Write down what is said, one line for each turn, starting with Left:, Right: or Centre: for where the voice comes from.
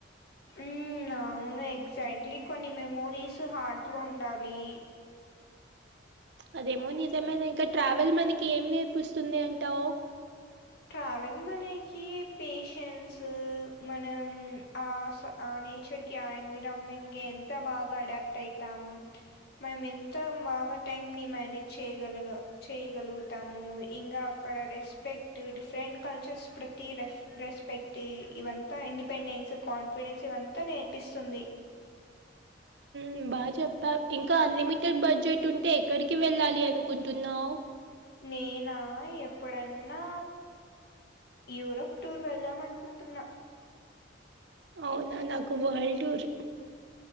Left: మ్ అవును ఎగ్ గ్జాక్ట్లీ కొన్ని మెమోరీస్ హార్ట్ లో ఉండాలి
Right: అదేమో నిజమేలే ఇంకా ట్రావెల్ మనకి ఏం నేర్పిస్తుంది అంటావ్
Left: ట్రావెల్ంగ్ మనేకి పేషన్స్ మనం ఆస్ అ నేచర్ కి ఆ ఎన్విరాన్మెంట్ కి ఎంత బాగా అడాప్ట్ అయితాం మనం ఎంత బాగా టైం ని మేనేజ్ చేయగలగ చేయగలుగుతాము ఇంగ క్కడ రెస్పెక్ క్ట్ డిఫరెంట్ కల్చర్స్ ప్రతి రె రెస్పెక్ట్ ఇవంతా ఇండిపెండెన్స్ కాన్ఫిడెన్స్ ఇవ అంతా నేర్పిస్తుంది
Right: మ్ బాగా చెప్పా ఇంకా అన్లిమిటెడ్ బడ్జెట్ ఉంటే ఎక్కడికి వెళ్ళాలి అనుకుంటున్నావ్
Left: నేనా ఎప్పుడన్నా యూరోప్ టూర్ వెళ్దాం అనుకుంటున్నా
Right: అవునా నాకు వరల్డ్ టూర్